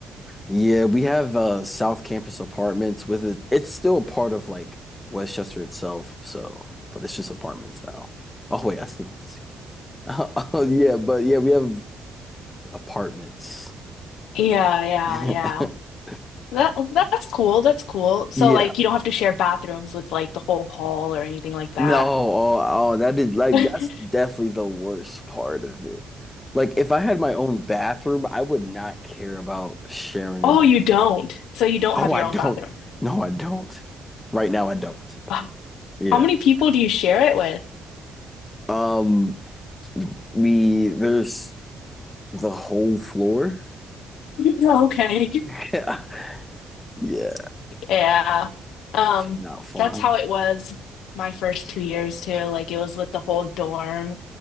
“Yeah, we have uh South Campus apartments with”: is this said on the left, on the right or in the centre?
Left